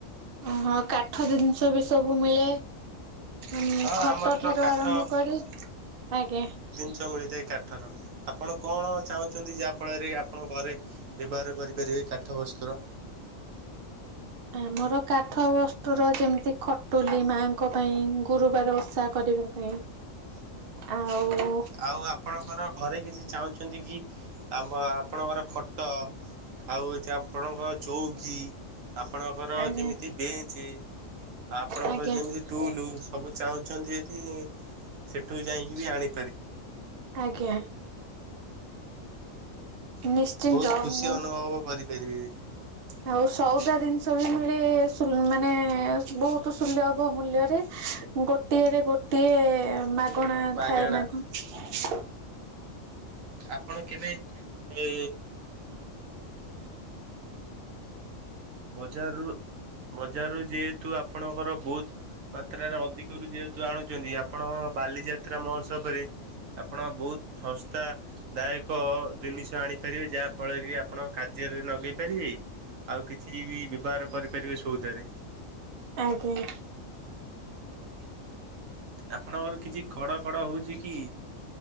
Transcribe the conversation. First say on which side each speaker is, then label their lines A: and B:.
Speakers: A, on the right; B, on the right.
A: ହଁ କାଠ ଜିନିଷ ବି ସବୁ ମିଳେ। ଉଁ
B: ହଁ
A: ଖଟ
B: ଆମର ତ
A: ଠାରୁ
B: କାଠ
A: ଆରମ୍ଭ କରି ଆଜ୍ଞା।
B: ଞ୍ଜ ମିଳିଥାଏ କାଠର ଆପଣ କଣ ଚାହୁଁଛନ୍ତି ଯାହା ଫଳରେ ଆପଣ ଘରେ ବ୍ୟବହାର କରିପାରିବେ କାଠ ବସ୍ତୁର
A: ଆମର କାଠ ବସ୍ତୁର ର ଯେମିତି ଖଟୁଲି ମାଙ୍କ ପାଇଁ ଗୁରୁବାର ଓଷା କରିବା ପାଇଁ
B: ହ
A: ଆଉ
B: ଆଉ ଆପଣଙ୍କର ଘରେ କିଛି ଚାହୁଁଛନ୍ତି କି? ଆପ ଆପଣଙ୍କର ଖଟ ଆଉ ହୋଉଛି ଆପଣଙ୍କ ଚଉକି ଆପଣଙ୍କର
A: ଆଜ୍ଞା
B: ଯେମିତି ବେଞ୍ଚ ଆପଣଙ୍କର
A: ଆଜ୍ଞା
B: ଯେମିତି ଟୁଲ ସବୁ ଚାହୁଁଛନ୍ତି ଯଦି ସେଠୁ ଯାଇକି ବି ଆଣି
A: ଆଜ୍ଞା। ନିଶ୍ଚିନ୍ତ
B: ବହୁତ ଖୁସି
A: ମୁଁ
B: ଅନୁଭବ କରିପାରିବେ।
A: ଆଉ ସଉଦା ଜିନିଷ ବି ମିଳେ ସୁ ମାନେ ବହୁତ ସୁଲଭ ମୂଲ୍ୟରେ। ଗୋଟିଏରେ ଗୋଟିଏ ମାଗଣା
B: ମାଗଣା
A: ଥାଏ ନା କଣ।
B: ଆପଣ କେବେ ଏ ବଜାରରୁ ବଜାରରୁ ଯେହେତୁ ଆପଣଙ୍କର ବୁତ ମାତ୍ରାରେ ଅଧିକରୁ ଯେହେତୁ ଆଣୁଛନ୍ତି ଆପଣ ବାଲିଯାତ୍ରା ମହୋତ୍ସବରେ ଆପଣ ବୁତ ଶସ୍ତା ଦାୟକ ଜିନିଷ ଆଣିପାରିବେ ଯାହା ଫଳରେ କି ଆପଣ କାର୍ଯ୍ୟରେ ନଗେଇ ପାରିବେ। ଆଉ କିଛି ବି ବ୍ୟବହାର କରିପାରିବେ ସଉଦାରେ।
A: ଆଜ୍ଞା
B: ଆପଣଙ୍କର କିଛି ଖଡ଼ ଖଡ଼ ହେଉଛି କି?